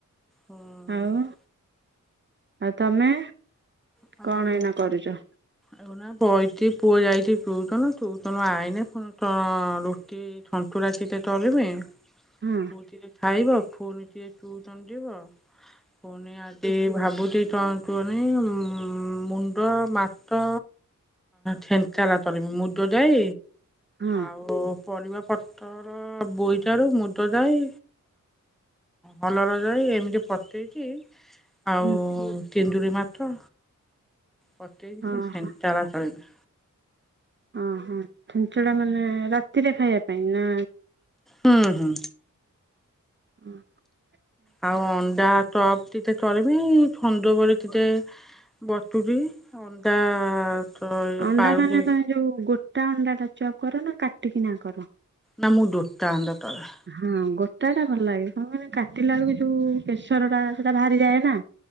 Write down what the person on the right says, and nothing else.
ହଁ ଆଉ ତମେ?
କଣ
ଏଇନା କରୁଛ
ହଁ
ହଁ
ହଁ
ହଁ
ହଁ
ଓହୋ ଚ୍ଛେଞ୍ଚେଡ଼ା ମାନେ ରାତିରେ ଖାଇବା ପାଇଁ ନା।
ହୁଁ <inaudible>
ଅଣ୍ଡା
ମାନେ ତମେ ଯୋଉ ଗୋଟା ଅଣ୍ଡା ଟା ଚପ କର ନା କାଟିକିନା କର?
ହଁ ଗୋଟାଟା ଭଲ ଲାଗେ କଣ କହିଲି କାଟିଲା ବେଳକୁ ଯୋଉ ପ୍ରେସର ଟା ସେଟା ବାହାରିଯାଏ ନା।